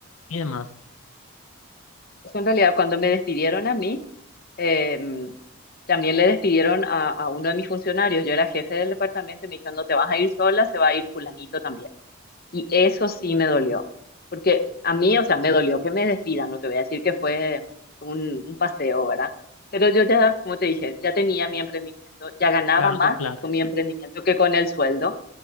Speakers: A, on the left; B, on the left.
A: y demás,
B: Eso en realidad cuando me despidieron a mí, Em, también le despidieron a, a uno de mis funcionarios, yo era jefe del departamento, y me dijeron, no te vas a ir sola, se va a ir fulanito también. Y eso sí me dolió, porque a mí, o sea, me dolió que me despidan, no te voy a decir que fue un, un paseo, ¿verdad? Pero yo ya, como te dije, ya tenía mi emprendimiento, ya ganaba
A: claro,
B: más
A: tus planes.
B: con mi emprendimiento que con el sueldo,